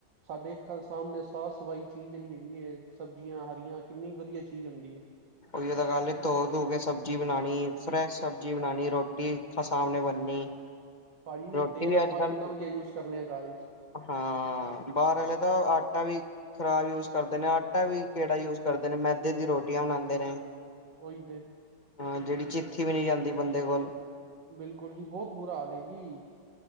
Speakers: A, on the right (about 80°); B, on the left (about 30°).
A: ਸਾਡੇ ਅੱਖਾਂ ਸਾਹਮਣੇ ਸਾਫ਼ ਸਫ਼ਾਈ ਚੀਜ਼ ਜਿਹੜੀ ਹੇਗੀ ਏ, ਸਬਜ਼ੀਆਂ ਹਰੀਆਂ ਕਿੰਨੀ ਵਧੀਆ ਚੀਜ਼ ਆਂਉਂਦੀ ਏ।
B: ਉਹੀਓ ਤਾ ਕੱਲ ਏ ਧੋ ਧੂ ਕੇ ਸਬਜ਼ੀ ਬਣਾਣੀ ਫਰੈਸ਼ ਸਬਜ਼ੀ ਬਣਾਣੀ, ਰੋਟੀ ਰਟੀ ਖਾ ਸਾਹਮਣੇ ਬਣਨੀ
A: ਭਾਜੀ
B: ਰੋਟੀ
A: ਤੇਲ
B: ਵੀ
A: ਆਪਾਂ
B: ਅੱਜ ਕੱਲ
A: ਕਿੱਦਾਂ ਵਧੀਆ ਯੂਜ ਕਰਨੇ ਆਂ ਘਾਰ ਈਚ।
B: ਹਾਂ ਬਾਹਰ ਆਲੇ ਦਾ ਆਟਾ ਵੀ ਖ਼ਰਾਬ ਯੂਜ ਕਰਦੇ ਨੇ ਆਟਾ ਵੀ ਕਿਹੜਾ ਯੂਜ ਕਰਦੇ ਨੇ ਮੈਦੇ ਦੀ ਰੋਟੀਆਂ ਬਣਾਂਦੇ ਨੇ।
A: ਉਈ ਤੇ
B: ਹਾਂ ਜਿਹੜੀ ਚਿੱਥੀ ਵੀ ਨੀਂ ਜਾਂਦੀ ਬੰਦੇ ਕੋਲ।
A: ਬਿਲਕੁਲ ਜੀ, ਬਹੁਤ ਬੁਰਾ ਹਾਲ ਏ ਜੀ।